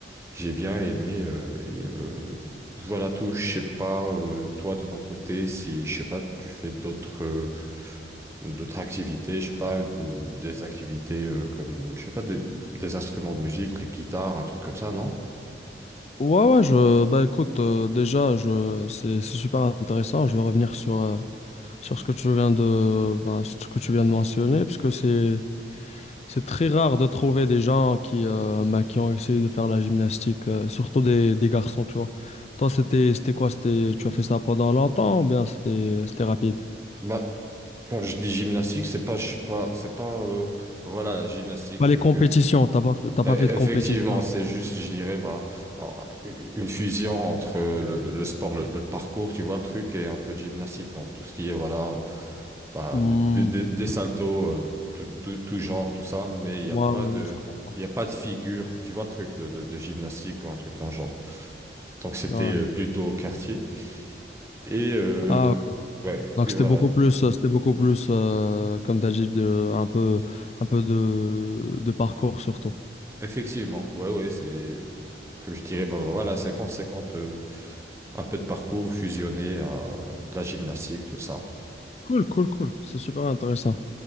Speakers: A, on the right; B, on the left.
A: J'ai bien aimé euh, et euh, voilà tout. Je sais pas euh, toi de ton côté si je sais pas tu fais d'autres euh, d'autres activités, je sais pas une- des activités euh, comme je sais pas des, des instruments de musique, les guitares, un truc comme ça, non?
B: Ouais, ouais, je, bah écoute, euh, déjà, je, c'est, c'est super intéressant. Je vais revenir sur, euh, sur ce que tu viens de, ben, ce que tu viens de mentionner, puisque c'est, c'est très rare de trouver des gens qui, euh, ben, qui ont essayé de faire la gymnastique, euh, surtout des, des garçons, tu vois. Toi, c'était, c'était quoi? C'était, tu as fait ça pendant longtemps ou bien c'était, c'était rapide?
A: bah Quand je dis gymnastique, c'est pas, je suis pas, c'est pas, euh, voilà, la gymnastique.
B: Bah,
A: que-
B: les compétitions,
A: que- que-
B: t'as pas fait, t'as pas
A: E-
B: fait de compétition.
A: Effectivement, c'est juste, je dirais, bah, en- une fusion entre euh, le, le- le sport, le, le parcours, tu vois le truc, et un peu de gymnastique dans tout ce qui est, voilà, bah,
B: Hmm,
A: de- de- de- des saltos, euh, tout, tout, tout genre, tout ça, mais il
B: moi,
A: n'y a pas
B: ouais,
A: de,
B: ouais, je comprends.
A: il y a pas de figure, tu vois le truc de, de, de gymnastique ou un truc dans le genre. Donc c'était
B: Ah, ouais.
A: euh, plutôt au quartier. Et euh,
B: Ah, ok.
A: ouais,
B: Donc
A: puis
B: c'était
A: voilà.
B: beaucoup plus, euh, c'était beaucoup plus, euh, comme t'as dit, de, un peu, un peu de, de parcours surtout.
A: Effectivement, ouais, ouais, c'est. Comme je dirais, bah voilà, cinquante cinquante euh, un peu de parcours fusionné à de la gymnastique, tout ça.
B: Cool, cool, cool. C'est super intéressant.